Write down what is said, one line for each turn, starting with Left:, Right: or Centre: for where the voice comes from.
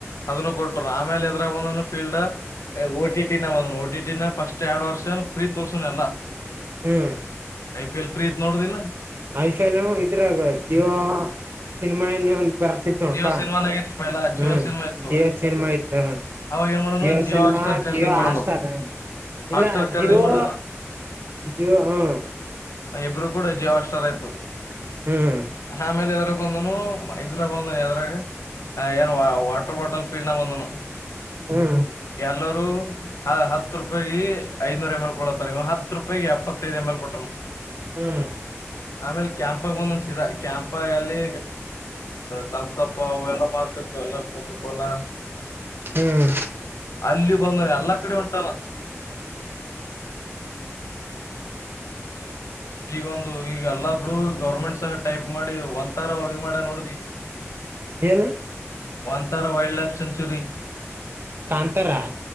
Left: ಅದನ್ನು ಕೊಟ್ಟರು ಆಮೇಲೆ ಇದ್ರಾಗ ಒಂದ ಫೀಲ್ಡ್ಎ ಓ ಟಿ ಓಟಿ ಟಿ ನ ಫಸ್ಟ್ ಎರಡ್ ವರ್ಷ ಫ್ರೀ ತೋರ್ಸನ ಎಲ್ಲ
Right: ಹ್ಮ್
Left: ಐ ಪಿ ಎಲ್ ಫ್ರೀ ಇತ್ ನೋಡುದಿಲ್ಲ
Right: ಐಪಿಎಲ್ ಇದ್ರಾಗ ಜಿವ ಸಿನಿಮಾ ಏನ ಬರ್ತಿತ್ತು ನೋಣಪಾ
Left: ಜಿಯೋ ಸಿನಿಮಾನಾಗ ಇತ್ತು ಪೈಲಾ ಜಿಯೋ
Right: ಹ್ಮ್
Left: ಸಿನಿಮಾ ಇತ್ತು
Right: ಜಿವ ಸಿನ್ಮ ಇತ್ ಹಾ
Left: ಅವಾಗ ಏನ್ ಮಾಡೋನು
Right: ಜವ
Left: ಜಿಯೋ
Right: ಸನ್ಮಾ
Left: ಹಾಟ್ಸ್ಟಾರ್ ಖರೀದಿ
Right: ಜವೋ
Left: ಮಾಡೋನು
Right: ಆಸ್ಾರ
Left: ಹಾಟ್ಸ್ಟಾರ್
Right: ಇಲ್ಲ
Left: ಖರೀದಿ
Right: ಜೀವೋ
Left: ಮಾಡ
Right: ಜ ಹಾ <unintelligible> <inaudible>
Left: ಇಬ್ಬರು ಕೂಡ ಜಿಯೊ ಹಾಟ್ ಸ್ಟಾರ್ ಆಯ್ತು
Right: ಹ್ಮ್ ಹ್ಮ್
Left: ಆಮೇಲೆ
Right: <inaudible>
Left: ಬಂದನು ಇದ್ರ ಬಂದನು ಎದ್ರಾಗ ಏನ್ ವಾಟರ್ ಬಾಟಲ್ ಫೀಡ್ನ ಬಂದನು
Right: ಹ್ಮ್
Left: ಎಲ್ಲರುೂ ಹತ್ತು ರೂಪಾಯಿ ಐನೂರ ಎಮಲ್ ಕೊ ನೀವು ಹತ್ತು ರೂಪಾಯಿ ಎಪ್ಪತ್ತೈದು ಎಮ್ ಎಲ್ ಕೊಟ್ಟ
Right: ಹ್ಮ್
Left: ಆಮೇಲ್ ಕ್ಯಾಂಪಾಗ ಒಂದೊಂದಸಿದ ಕ್ಯಾಂಪ ಎಲ್ಲಿ ಥಮ್ಸ ಅಪ್ ಅ ಎಲ್ಲ ಬಾರ್ತಿತ್ತು ಎಲ್ಲ ಪಕಕಲ್ಲ
Right: ಹ್ಮ್
Left: ಅಲ್ಲಿ ಕೊೊಂದರೆ ಅಲ್ಲ ಅ ಕಡೆ ಉಂಟಾನ ಈಗ ಒಂದು ಈಗ ಎಲ್ಲ ಬಿ ಗೌರ್ಮೆಂಟ್ ಸ ಟೈಪ್ ಮಾಡಿ ಒ ಮಾಡ ನೋಡವಿ
Right: ಏನು
Left: ವಾಂತಾರ ವೈಲ್ಡ್ ಲೈಫ್ ಸೆಂಚುರಿ
Right: ಕಾಂತರಾ